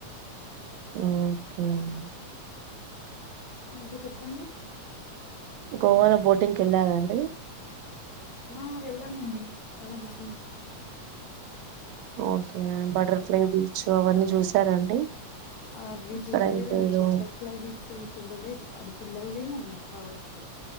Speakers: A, on the right (about 80°); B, on the left (about 75°).
A: ఓకే అండి.
B: ఇంకా చెప్పండి.
A: గోవాలో బోటింగ్ కేళ్ళారా అండి.
B: ఆ వెళ్ళామండి చాలా బాగుంది.
A: ఓకే బటర్ఫ్లై బీచ్ అవన్నీ చూసారండి.
B: అవి
A: అక్కడ
B: చూడలేదండి
A: ఇంకేదో
B: బటర్ఫ్లైవి. చూ చూడలేదు అది పిల్లలదేమో కావచ్చు.